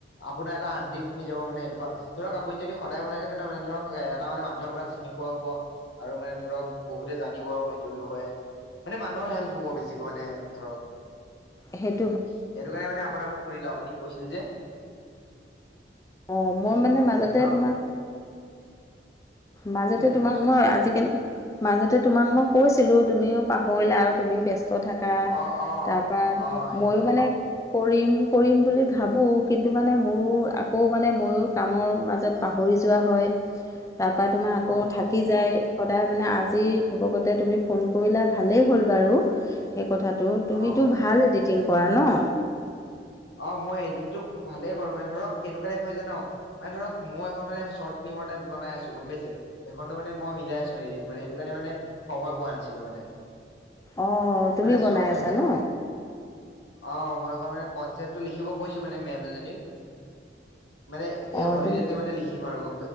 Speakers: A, on the left; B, on the left.
A: আপোনাৰ এটা আনডিং হৈ যাব মানে আপোনাৰ। ধৰক আপুনি যদি সদায় বনাই থাকে ন মানে ধৰক এটা মানে মানুহে আপোনাক চিনি পোৱা হ'ব আৰু মানে ধৰক বহুতে জানিব সেইটো বিষয়ে মানে মানুহৰ হেল্প হ'ব বেছিকৈ মানে ধৰক
B: সেত
A: সেইটো কাৰণে মানে আপোনাক মোক সুধিলো আপুনি কৈছিল যে।
B: অ' মই
A: সেইটো
B: মানে
A: কাৰণে
B: মাজতে
A: ধৰক
B: তোমাক মাজতে
A: কি মানে
B: তোমাক
A: কওকচোন
B: মই আজিকালি মাজতে তোমাক মই কৈছিলো তুমিও পাহৰিলা আৰু তুমিও ব্যস্ত থাকা।
A: অ অ
B: তাৰপৰা তুমি
A: অ সেইটো
B: ময়ো
A: কাৰণে
B: মানে কৰিম কৰিম বুলি ভাবোঁ কিন্তু মানে মোৰো আকৌ মানে ময়ো কামৰ মাজত পাহৰি যোৱা হয়।
A: <inaudible>
B: তাৰপৰা তোমাৰ আকৌ
A: অ
B: থাকি
A: অ
B: যায়। সদায় মানে আজি <unintelligible> তুমি ফোন কৰিলা ভালেই হ'ল বাৰু সেই কথাত। <unintelligible> তুমিতো
A: অ
B: ভাল এডিটিং কৰা নহ।
A: অ মই এডিটটো ভালে কৰোঁ মানে ধৰক। কেনেকুৱা টাইপ হয় জানো মানে ধৰক মই এখন চৰ্ট ফিল্মৰ টাইপ বনাই আছোঁ গম পাইছে। সিখনত মানে মিলাইছো হেৰিটো মানে সেইটো কাৰণে মানে সময় পোৱা নাছিলো মানে।
B: অ', তুমি
A: মানে
B: বনাই
A: চ
B: আছা
A: একে
B: ন?
A: অ মই এখন মানে। কনচেপ্টটো লিখিব কৈছোঁ মানে মেম এজনী। মানে এই
B: অ',
A: হলিডেতে
B: তুমি
A: মানে লিখিম আৰু গ